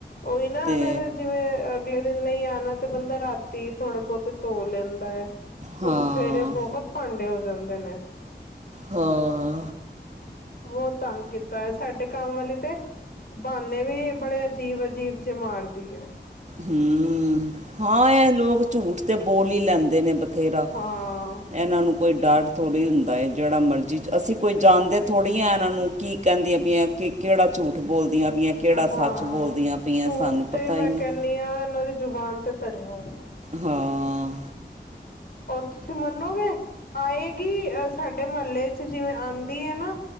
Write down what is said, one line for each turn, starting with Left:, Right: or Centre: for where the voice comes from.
Left: ਉਹੀ ਨਾ
Right: ਤੇ
Left: ਅਗਰ ਜਿਵੇਂ ਅਗਲੇ ਦਿਨ ਨਹੀਂ ਆਉਣਾ ਤੇ ਬੰਦਾ ਰਾਤੀ ਥੋੜੇ ਬਹੁਤੇ ਧੋ ਲੈਂਦਾ ਹੈ।
Right: ਹਾਂ
Left: ਹੁਣ ਸਵੇਰੇ ਬਹੁਤ ਭਾਂਡੇ ਹੋ ਜਾਂਦੇ ਨੇ।
Right: ਹਾਂ।
Left: ਬਹੁਤ ਤੰਗ ਕੀਤਾ ਹੈ, ਸਾਡੇ ਕੰਮ ਵਾਲੀ ਤੇ ਬਹਾਨੇ ਵੀ ਬੜੇ ਅਜੀਬ-ਅਜੀਬ ਜੇ ਮਾਰਦੀ ਹੈ।
Right: ਹਮ, ਹਾਂ ਇਹ ਲੋਕ ਝੂਠ ਤੇ ਬੋਲ ਹੀ ਲੈਂਦੇ ਨੇ ਬਥੇਰਾ,
Left: ਹਾਂ
Right: ਇਹਨਾਂ ਨੂੰ ਕੋਈ ਡਰ ਥੋੜ੍ਹੀ ਹੁੰਦਾ। ਜਿਹੜਾ ਮਰਜ਼ੀ, ਅਸੀਂ ਕੋਈ ਜਾਣਦੇ ਥੋੜ੍ਹੀ ਆਂ ਇਹਨਾਂ ਨੂੰ, ਕੀ ਕਹਿੰਦੀਆਂ ਪਈਆਂ, ਕਿ, ਕਿਹੜਾ ਝੂਠ ਬੋਲਦੀਆਂ ਪਈਆਂ ਕਿਹੜਾ
Left: ਹਾਂ,
Right: ਸੱਚ ਬੋਲਦੀਆਂ ਪਈਆਂ
Left: ਝੂਠ
Right: ਸਾਨੂੰ
Left: ਤੇ
Right: ਪਤਾ
Left: ਮੈਂ
Right: ਹੀ ਨਹੀਂ
Left: ਕਹਿਨੀ ਆਂ, ਇਹਨਾਂ ਦੀ ਜ਼ੁਬਾਨ ਤੇ ਭਰਿਆ ਹੋਇਆ।
Right: ਹਾਂ।
Left: ਹੋਰ ਤੁਸੀਂ ਮੰਨੋਂਗੇ, ਆਏਗੀ ਸਾਡੇ ਮਹੱਲੇ'ਚ ਜਿਵੇਂ ਆਂਦੀ ਐ, ਨਾ